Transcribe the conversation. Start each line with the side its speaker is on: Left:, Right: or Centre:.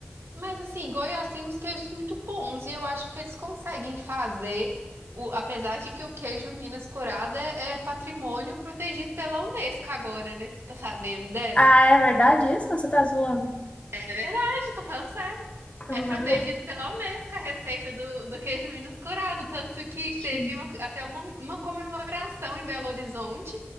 Right: Mas assim, Goiás tem uns queijos muito bons e eu acho que eles conseguem fazer, o, apesar de que o queijo Minas Curado é, é patrimônio protegido pela Unesco agora, né? Você tá sabendo dessa?
Left: Ah, é verdade isso? Ou Você tá zoando?
Right: É verdade, tô falando sério.
Left: Nada.
Right: É protegido pela Unesco a receita do, do queijo Minas Curado, tanto que teve
Left: Gente,
Right: uma- até uma, uma comemoração em Belo Horizonte.